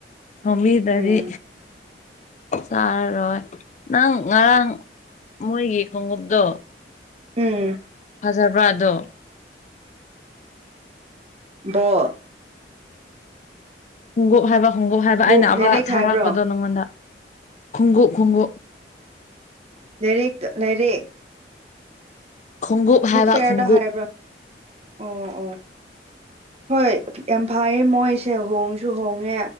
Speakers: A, on the left; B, on the right.
A: ꯊꯣꯡꯕꯤꯗꯔꯗꯤ
B: ꯎꯝ
A: ꯆꯥꯔꯔꯣꯏ ꯔꯣꯏ ꯅꯪ ꯉꯔꯥꯡ ꯃꯣꯏꯒꯤ ꯈꯣꯡꯎꯞꯇꯣ
B: ꯎꯝ
A: ꯐꯖꯕ꯭ꯔ ꯑꯗꯣ
B: ꯕꯣꯜ
A: ꯈꯣꯡꯒꯨꯞ ꯍꯥꯏꯕ ꯈꯣꯡꯒꯨꯞ ꯍꯥꯏꯕ
B: ꯕꯨꯛ
A: ꯑꯩꯅ ꯑꯃ
B: ꯂꯥꯏꯔꯤꯛ
A: ꯊꯥꯔꯛꯄꯗꯣ
B: ꯍꯥꯏꯕ꯭ꯔꯣ
A: ꯅꯪꯉꯣꯟꯗ ꯈꯣꯡꯒꯨꯞ ꯈꯣꯡꯒꯨꯞ
B: ꯂꯥꯏꯔꯤꯛꯇ ꯂꯥꯏꯔꯤꯛ
A: ꯈꯣꯡꯎꯞ
B: ꯕꯨꯛ
A: ꯍꯥꯏꯕ
B: ꯐꯤꯌꯔꯗ
A: ꯈꯣꯡꯎꯞ
B: ꯍꯥꯏꯕ꯭ꯔ ꯑꯣ ꯑꯣ ꯍꯣꯏ ꯌꯥꯝ ꯐꯩꯌꯦ ꯃꯣꯏꯁꯦ ꯍꯣꯡꯁꯨ ꯍꯣꯡꯉꯦ